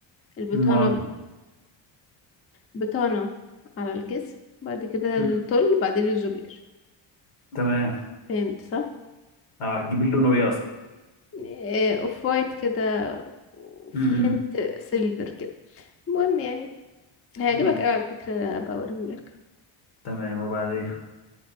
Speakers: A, on the left; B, on the left.
A: البطانة
B: امال
A: بطانة على الجسم بعد كده
B: مم.
A: التل بعدين الجبير
B: تمام
A: فهمت صح
B: اه هتجيبي لونه ايه اصلا
A: آه، اوف وايت كده وفي
B: امم
A: هنت سيلفر كده المهم يعني هيعجبك
B: أمم.
A: قوي على فكرة هبقى اوريهولك
B: تمام وبعدين